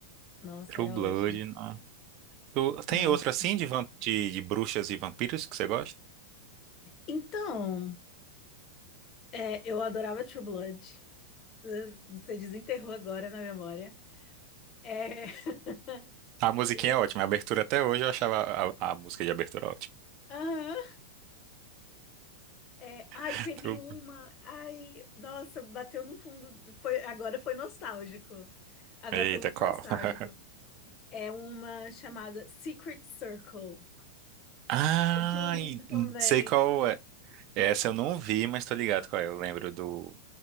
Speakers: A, on the left; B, on the right.
A: Nossa,
B: True
A: era
B: Blood.
A: ótimo.
B: não. Tu- Tem
A: Nossa.
B: outra assim de, vamp... de, de bruxas e vampiros que você gosta?
A: Então, é, eu adorava True Blood. Uh, Você desenterrou agora na memória. É, <laughs>
B: A musiquinha
A: esse.
B: é ótima. A abertura até hoje eu achava a, a música de abertura ótima.
A: Aham. É, ai,
B: <laughs>
A: teve
B: True
A: uma.
B: Blood.
A: Ai, nossa, bateu no fundo. Foi, agora foi nostálgico. Agora
B: Eita,
A: foi muito
B: qual?
A: nostálgico.
B: <laughs>
A: É uma chamada Secret Circle,
B: Ah,
A: é de um livro também.
B: sei qual é. Essa eu não vi, mas tô ligado qual é. Eu lembro do.